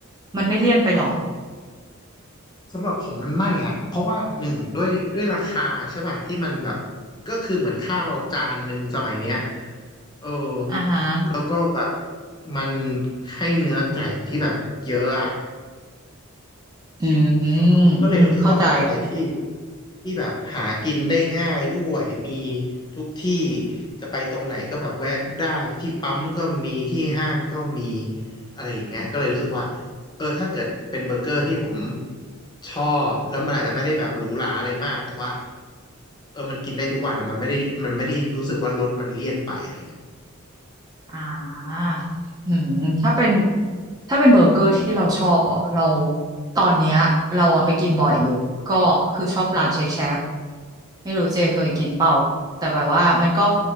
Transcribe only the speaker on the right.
มันไม่เลี่ยนไปเหรอ
อ่าฮะ
อืม
อืมเข้าใจ
อ่าอืมถ้าเป็นถ้าเป็นเบอร์เกอร์ที่เราชอบอ๋อเราตอนเนี้ยเราอะไปกินบ่อยอยู่ก็คือชอบร้านเชคแชกไม่รู้เจเคยกินเปล่าแต่แบบว่ามันก็